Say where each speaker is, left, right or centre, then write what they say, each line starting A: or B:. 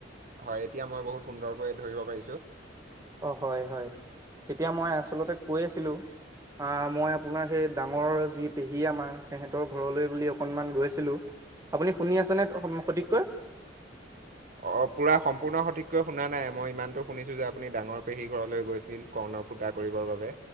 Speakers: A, on the right; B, on the right.
A: হয়, এতিয়া মই বহুত সুন্দৰকৈ ধৰিব পাৰিছোঁ।
B: অ' হয়, হয়, তেতিয়া মই আচলতে কৈ আছিলোঁ। অ' মই আপোনাৰ সেই ডাঙৰ যি পেহী আমাৰ, সিহঁতৰ ঘৰলৈ বুলি অকনমান গৈছিলোঁ। আপুনি শুনি আছে নে সন্মুখত সঠিককৈ?
A: অ' পূৰা সম্পূৰ্ণ সঠিককৈ শুনা নাই মই ইমানটো শুনিছোঁ যে আপুনি ডাঙৰ পেহী ঘৰলৈ গৈছিল। কৰ্ণ ফূটা কৰিবৰ বাবে